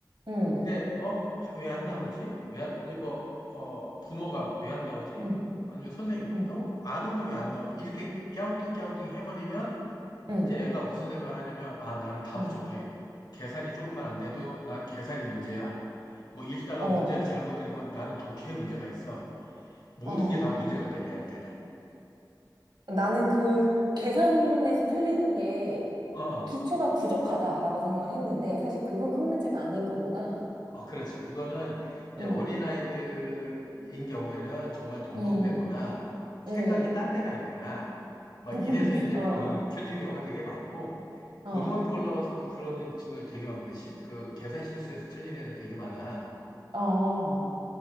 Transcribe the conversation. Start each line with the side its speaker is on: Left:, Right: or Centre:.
Right: 응,
Left: 근데, 어, 왜 안 나오지? 왜 안, 이제 뭐, 어, 부모가 왜 안 나오지?
Right: 응,
Left: 아니면 선생님,
Right: 응,
Left: 너 아는데 왜 안 나오지? 이렇게 깨우뚱깨우뚱 해버리면
Right: 응,
Left: 이제 애가 무슨 생각을 하냐면, 아, 나는 다
Right: 응.
Left: 부족해. 계산이 조금만 안 돼도 난 계산이 문제야. 뭐 읽다가
Right: 어,
Left: 문제를 잘못 읽으면 나는 독해 문제가 있어. 모든
Right: 어.
Left: 게 다 문제가 돼, 얘한테는.
Right: 나는 그 계산에서 틀리는 게
Left: 어, 어,
Right: 기초가 부족하다라고 생각을 했는데 사실 그건 큰 문제가 아닌 거구나.
Left: 어, 그렇지. 그거는 이제
Right: 응,
Left: 어린아이들인 경우에는 정말 덤벙대거나
Right: 응,
Left: 생각이
Right: 응.
Left: 딴 데가 있거나 막
Right: <laughs>
Left: 이래서 이제
Right: 어,
Left: 어, 틀린 경우가 되게 많고
Right: 어,
Left: 고등학교 올라와서도 그런 친구들 되게 많거든. 실, 그 계산 실수해서 틀린 애들 되게 많아.
Right: 어,